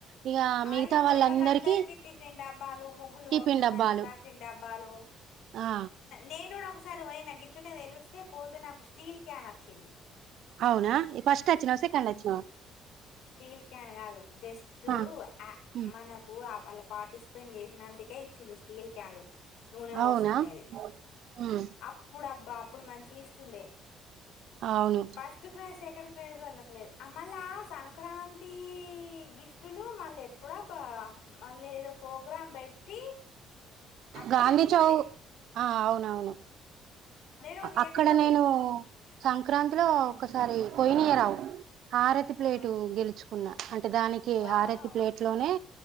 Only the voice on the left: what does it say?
ఆ
ఇగా పోయినోళ్ళ
అందరికి టిఫిన్ డబ్బాలు ముగ్గులు
పోసుకోవడానికి
ప్లాస్టిక్ డబ్బాలు
నేను కూడా ఒకసారి పోయిన గిట్లనే తెలిస్తే పోతే నాకు స్టీల్ క్యాన్ అచ్చింది
స్టీల్ క్యాన్ కాదు జస్ట్
ఆ
మనకు ఆ వాళ్ళ పార్టిస్పెండ్ చేసినందుకే ఇచ్చిళ్ళు స్టీల్ క్యాన్లు నూనె వోసుకునేది
అప్పుడు అబ్ బ అప్పుడు మంచి గిస్తుండే
ఫస్ట్ ఫ్రైజ్ సెకండ్ ప్రైస్ వోళ్ళకు లేదు ఆ మళ్ళ సంక్రాంతి గిఫ్ట్ లు మళ్ళ ఏ ఎప్పుడబ్బ మళ్ళీ ఏదో ప్రోగ్రామ్ పెట్ టీ అప్పుడితుండే
రోజు ఇయ్యకపోదురు
ఆ
ఆ
వావ్